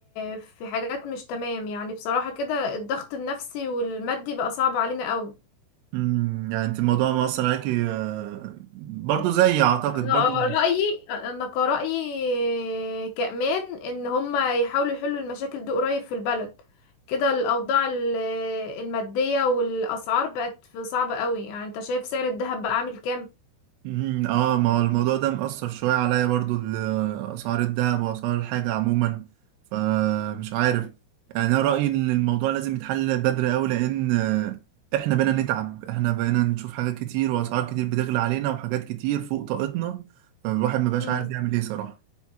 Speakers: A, on the left; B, on the right.
A: في حاجات مش تمام يعني بصراحه كده الضغط النفسي والمادي بقى صعب علينا قوي
B: امم يعني انت الموضوع مأثر عليكي آه، برضو زيي اعتقد
A: انا
B: برضو
A: رايي انا كرايي كمان ان هما يحاولوا يحلوا المشاكل دي قريب في البلد كده الاوضاع ال- الماديه والاسعار بقت في صعبه قوي يعني انت شايف سعر الذهب بقى عامل كام
B: مم، اه ما هو الموضوع ده مأثر شوية عليا برضو ال- أسعار الذهب وأسعار الحاجة عموما فمش عارف يعني أنا رأيي إن الموضوع لازم يتحل بدري أوي لأن آه، إحنا بقينا نتعب إحنا بقينا نشوف حاجات كتير وأسعار كتير بتغلى علينا وحاجات كتير فوق طاقتنا فالواحد مبقاش
A: امم
B: عارف يعمل إيه صراحة